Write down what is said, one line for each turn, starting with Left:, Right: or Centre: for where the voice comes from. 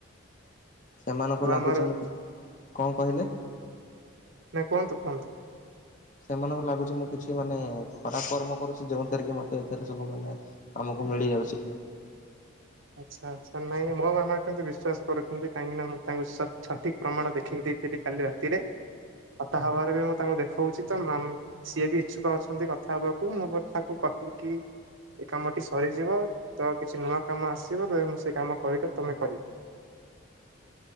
Left: ସେମାନଙ୍କୁ
Right: ଆଉ
Left: ଲାଗୁଛି
Right: ଆମର
Left: ମୁଁ ଟି- କଣ କହିଲେ?
Right: ନାଇଁ କୁହନ୍ତୁ କୁହନ୍ତୁ।
Left: ସେମାନଙ୍କୁ ଲାଗୁଛି ମୁଁ କିଛି ମାନେ ଖରାପ କର୍ମ କରୁଛି ଯୋଉ ଏର କି ମତେ ଏଥିରେ ସବୁ ମାନେ ଆମକୁ ମିଳିଯାଉଛି
Right: ଆଚ୍ଛା ଆଛା ନାଇଁ ମୋ ମାମା କେମିତି ବିଶ୍ୱାସ କରୁଛନ୍ତି କାହିଁକି ନା ମୁଁ ତାଙ୍କୁ ସଠିକ ପ୍ରମାଣ ଦେଖି ଦେଖେଇ ଦେଇଥିଲି କାଲି ରାତିରେ। କଥା ହବାରେ ବି ମୁଁ ତାଙ୍କୁ ଦେଖି ହଉଛି ତ ସିଏ ବି ଇଚ୍ଛୁକ ଅଛନ୍ତି କଥା ହବାକୁ। ମୁଁ ତାକୁ କହିଲି କି? ଏ କାମଟି ସରିଯିବ ତ କିଛି ନୂଆ ଆସିବ ତ ମୁଁ ସେ କାମ କହିଦ ତମେ କରିବ।